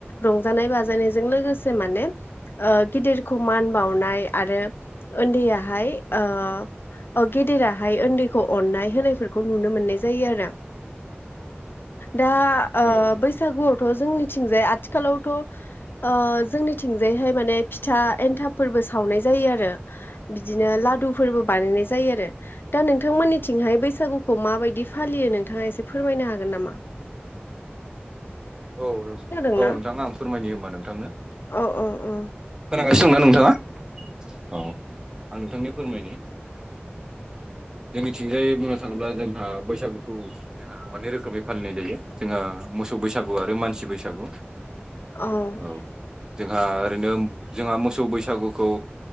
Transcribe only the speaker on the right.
औ
औ नों
औ नोंथां आं फोरमायनि होमबा नोंथांनो।
खोनागासिनो दंना नोंथाङा? औ आं नोंथांनि फोरमायनि। जोंनिथिंजायै बुंनो थाङोब्ला जोंहा बैसागुखौ जोंहा मोननै रोखोमै फालिनाय जायो। जोंहा मोसौ बैसागु आरो मानसि बैसागु औ।
जोंहा ओरैनो जोंहा मोसौ बैसागुखौ